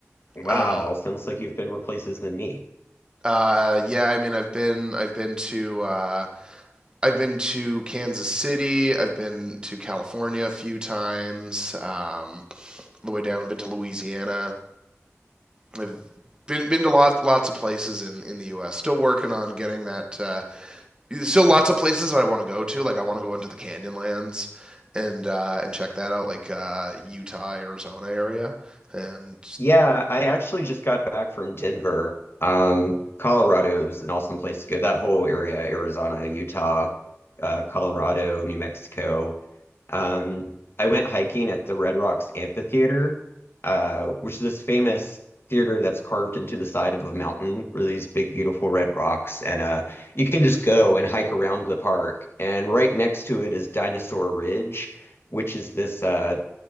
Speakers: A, on the left; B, on the right.
A: Wow,
B: Uh,
A: sounds like you've been more places than me.
B: uh, yeah, I mean, I've been I've been to uh, I've been to Kansas City. I've been to California a few times. Um, all the way down, I've been to Louisiana. I've been been to lots lots of places in in the U.S. Still working on getting that uh, there's still lots of places that I want to go to. Like I want to go into the Canyonlands and uh, and check that out, like uh, Utah, Arizona area, and
A: Yeah, I actually just got back from Denver. Um, Colorado's an awesome place to go. That whole area, Arizona, Utah, uh, Colorado, New Mexico. Um, I went hiking at the Red Rocks Amphitheater, uh, which is this famous theater that's carved into the side of a mountain, where these big, beautiful red rocks. And uh, you can just go and hike around the park. And right next to it is Dinosaur Ridge, which is this uh,